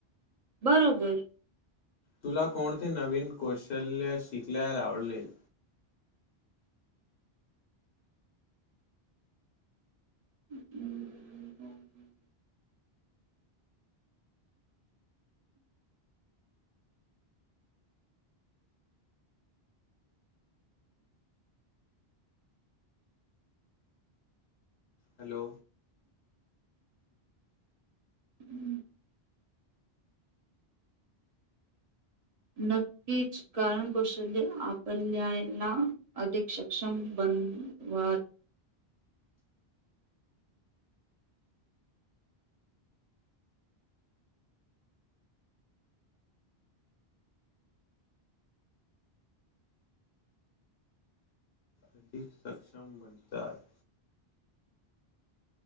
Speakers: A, on the right; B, on the left.
A: बरोबर.
B: तुला कोणते नवीन कौशल्य शिकल्याला आवडलेल?
A: <inaudible>
B: हॅलो?
A: <inaudible> नक्कीच कारण कौशल्य आपल्याला अधिक सक्षम बनवत
B: अधिक सक्षम बनतात.